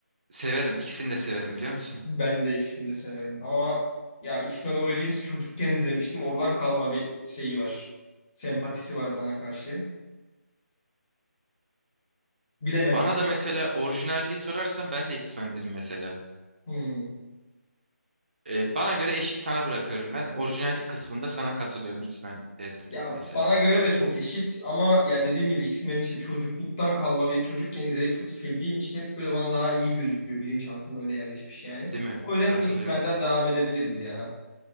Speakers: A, on the right (about 40°); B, on the left (about 15°).
A: severim. İkisini de severim biliyor musun?
B: Ben de ikisini de severim. Ama ya X-Men Origins'i çocukken izlemiştim. Oradan kalma bir şeyi var. Sempatisi var bana karşı. Bilemedim.
A: Bana da mesela orijinalliği sorarsan ben de X-Men derim mesela.
B: Hmm.
A: E, bana göre eşit sana bırakıyorum. Ben orijinallik kısmında sana katılıyorum. X-Men derdim
B: Ya
A: mesela.
B: bana göre de çok eşit ama ya dediğim gibi x menin işte çocukluktan kalma bir çocukken izleyip çok sevdiğim için hep böyle bana daha iyi gözüküyor. Bilinçaltıma öyle yerleşmiş yani.
A: Değil mi?
B: O yüzden
A: Katılıyorum.
B: X-Men'den devam edebiliriz ya.